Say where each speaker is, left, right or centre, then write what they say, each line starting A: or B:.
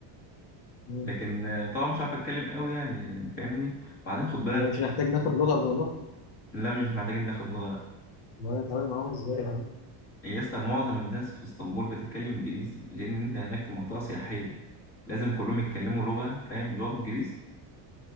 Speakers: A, on the left; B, on the left.
A: مم.
B: لكن آه، طبعا مش عارف اتكلم قوي يعني يعني فاهمني وبعدين خد بالك
A: يعني
B: في...
A: مش هنحتاج ناخد لغة قبل ما نروح
B: لا مش محتاجين ناخد لغه
A: ولا نتعامل معاهم إزاي يا عم
B: يا اسطى معظم الناس في اسطنبول بتتكلم انجليزي لان انت هناك في منطقه سياحيه لازم كلهم يتكلموا لغه فاهم لغه انجليزي